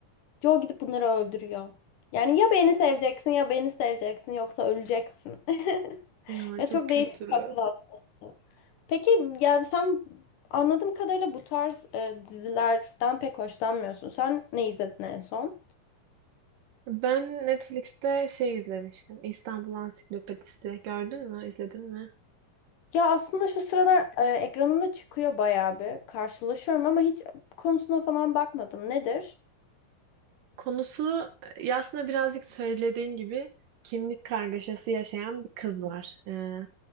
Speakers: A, on the left; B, on the right.
A: Joe gidip bunları öldürüyor. Yani ya beni seveceksin ya beni seveceksin yoksa öleceksin. <laughs>
B: Ya
A: Ya
B: çok
A: çok
B: kötü.
A: değişik bir akıl hastası. Peki yani sen anladığım kadarıyla bu tarz e, dizilerden pek hoşlanmıyorsun. Sen ne izledin en son?
B: Ben Netflix'te şey izlemiştim. İstanbul Ansiklopedisi. Gördün mü? İzledin mi?
A: Ya aslında şu sıralar e, ekranımda çıkıyor bayağı bir. Karşılaşıyorum ama hiç konusuna falan bakmadım. Nedir?
B: Konusu e, aslında birazcık söylediğin gibi kimlik kargaşası yaşayan bir kız var. Ee,